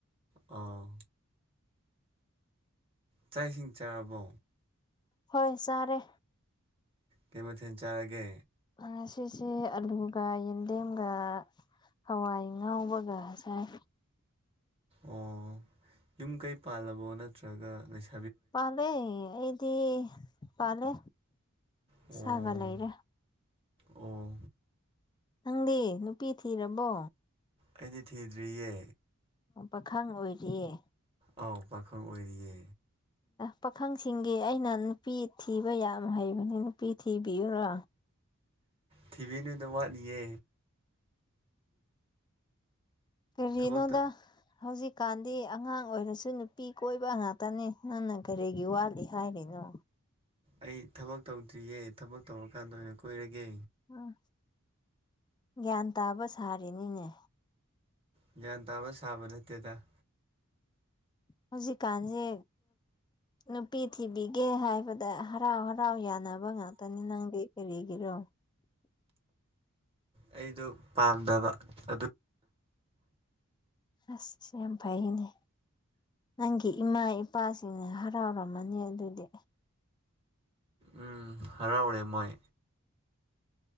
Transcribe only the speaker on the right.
ꯑꯥ ꯆꯥꯛ ꯏꯁꯤꯡ ꯆꯥꯔꯕꯣ
ꯀꯩ ꯃꯊꯦꯜ ꯆꯔꯒꯦ
ꯑꯣ ꯌꯨꯝ ꯀꯩ ꯄꯥꯜꯂꯕꯣ ꯅꯠꯇ꯭ꯔꯒ ꯂꯩꯁꯥ
ꯑꯣ
ꯑꯣ
ꯑꯩꯗꯤ ꯊꯤꯗ꯭ꯔꯤꯌꯦ
ꯑꯥꯎ ꯄꯈꯟ ꯑꯣꯏꯔꯤꯌꯦ
ꯇꯤꯚꯤ ꯅꯨꯗ ꯋꯥꯠꯂꯤꯌꯦ
ꯊꯕꯛ
ꯑꯩ ꯊꯕꯛ ꯇꯧꯗ꯭ꯔꯤꯌꯦ ꯊꯕꯛ ꯇꯧꯔꯀꯥꯟꯗ ꯑꯣꯏꯅ ꯀꯣꯏꯔꯒꯦ
ꯒ꯭ꯌꯥꯟ ꯇꯥꯕ ꯁꯥꯕ ꯅꯠꯇꯦꯗ
ꯑꯩꯗꯣ ꯄꯥꯝꯗꯕ ꯑꯗꯨ
ꯎꯝ ꯍꯔꯥꯎꯔꯦ ꯃꯣꯏ